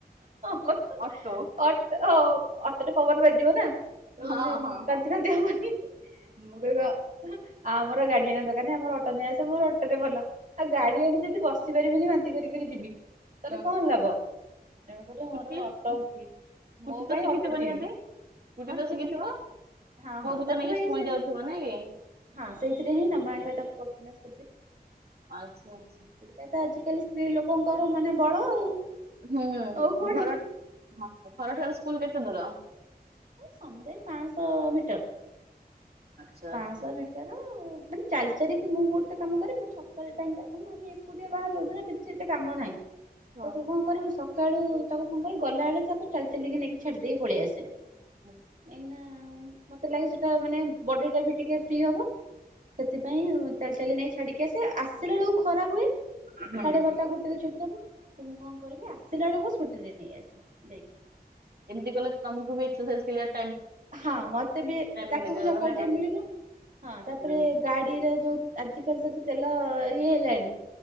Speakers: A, on the right; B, on the right.
A: ମ
B: ଅଟୋ
A: ଅଟୋ ହଁ ଅଟୋରେ ପବନ ବାଜିବ ନା ତ
B: ହଁ
A: ମାନେ
B: ହଁ
A: ବାନ୍ତି ଫାନ୍ତି ହବନି <unintelligible> ଆଉ ଆମର ଗାଡି ଆଣିବା ଦରକାର ନାଁ ଆମର ଅଟୋ ନେଇ ଆସ, ମୋ ଅଟୋରେ ଭଲ ଆଉ ଗାଡି ଆଣି ଯଦି ବସ ବସି ପାରିବିନି ବାନ୍ତି କରି କରି ଯିବି ତାଲେ
B: ହଁ
A: କଣ ଲାଭ ତେଣୁକରି
B: ସ୍କୁଟି
A: ମୋର
B: ସ୍କୁଟି
A: ଅଟୋ ଠିକ୍ ମୋ ପାଇଁ
B: ତ ଶିଖିଥିବ
A: ଅଟୋ ଠିକ୍
B: ନିହାତି, ସ୍କୁଟି
A: ହଁ
B: ତ
A: ସ୍କୁଟି
B: ଶିଖିଥିବ
A: ଶିଖିଛି ହଁ
B: ପୁଅକୁ
A: ହଁ ତାକୁଇ
B: ତ ନେଇକି ସ୍କୁଲ
A: ସେ
B: ଯାଉଥିବ ନାଇଁ କି?
A: ହଁ ସେଇଥିରେ ହିଁ ନବା ଆଣିବା ତାକୁ ପ
B: ଆଚ୍ଛା ଆଚ୍ଛା।
A: ଏଇ ତ ଆଜିକାଲି ସ୍ତ୍ରୀ ଲୋକଙ୍କର ମାନେ ବଳ ଆଉ।
B: ହୁଁ
A: ଆଉ କଣ
B: ଘର ହଁ ଘରଠାରୁ ସ୍କୁଲ କେତେ ଦୂର ।
A: ସମୁଦାୟ ପାଞ୍ଚଶହ ମିଟର
B: ଆଚ୍ଛା ଆଚ୍ଛା।
A: ପାଞ୍ଚଶହ ମିଟର ମାନେ ଚାଲିଚାରିକି ମୁଁ ଗୋଟେ କାମ କରେ ମୁଁ ସକାଳ ଟାଇମ୍ ଟା ଆମେ ଏକୁଟିଆ ବାହାରେ ରହୁଛ ନା କିଛି ଏତେ କାମ ନାହିଁ। ତ
B: ହଁ
A: ତୁ କଣ କରିବୁ ସକାଳୁ ତାକୁ କଣ କରେ ଗଲା ବେଳେ ତାକୁ ଚାଲି ଚାଲିକି ନେଇକି ଛାଡିଦ ଦେଇକି ପଳେଇ ଆସେ । ଏଇନା
B: ହୁଁ
A: ମତେ ଲାଗେ ସେଟା ମାନେ ବଡି ଟା ବି ଟିକେ ଫ୍ରି ହବ। ସେଥିପାଇଁ ଚାଲି ଚାଲି ନେଇ ଛାଡିକି ଆସ ଆସିଲା ବେଳକୁ ଖରା ହୁଏ।
B: ହୁଁ।
A: ସାଢ଼େ ବାରଟା ଗୋଟେ ଛୁଟି <unintelligible> ତ ମୁଁ କଣ କରିବି ଆସିଲା ବେଳକୁ ସ୍କୁଟିରେ ନେଇ ଆସେ ଯାଇକି ।
B: ଏମିତି କଲେ ତମକୁ ବି ଏକ୍ସରସାଇଜ୍
A: ହଁ ମତେ ବି ତାକୁ
B: ମିଳିଯିବ
A: ବି ସକାଳୁ
B: ନା କଣ?
A: ଟିକେ ମିଳିବ । ହଁ ତାପରେ
B: ହୁଁ
A: ଗାଡିର ଯୋଉ ଆଜିିକାଲି ତ ଇଏ ହେଲାଣି